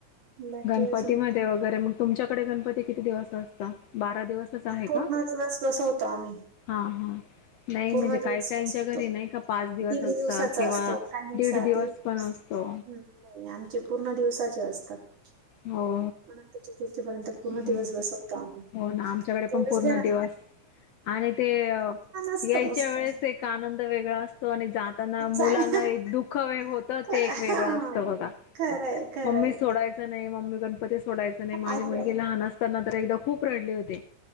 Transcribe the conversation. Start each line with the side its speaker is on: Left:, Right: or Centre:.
Right: बाकी
Left: गणपती
Right: अजून
Left: मधे वगैरे मग तुमच्याकडे गणपती किती दिवस असता बारा दिवसच आहे का?
Right: पूर्ण दिवस बसवतो आम्ही
Left: हा हा नाही
Right: पूर्ण
Left: म्हणजे काही
Right: दिवस
Left: काहींच्या
Right: बसवतो
Left: घरी नाही का पाच दिवस
Right: दीड
Left: असतं
Right: दिवसाचा
Left: किंवा
Right: असतो काही
Left: दीड
Right: साधी
Left: दिवस
Right: हम्म
Left: पण असतो
Right: नाही आमचे पूर्ण दिवसाचे असतात
Left: हो
Right: <inaudible> चतुर्थी पर्यंत पूर्ण
Left: हम्म.
Right: दिवस बसवतो आम्ही
Left: हो ना आमच्याकडे पण
Right: तेच
Left: पूर्ण दिवस आणि ते
Right: असतं
Left: यायच्या
Right: मस्त
Left: वेळेस एक आनंद वेगळा असतो आणि जाताना मुलांना
Right: जायला
Left: एक दुःख वेग होतं
Right: खरंय
Left: ते एक वेगळं असतं बघा
Right: खरंय
Left: मम्मी सोडायचं नाही मम्मी गणपती सोडायचं नाही माझ्या
Right: अजिबात
Left: मु लहान असताना तर एकदा खूप रडले होते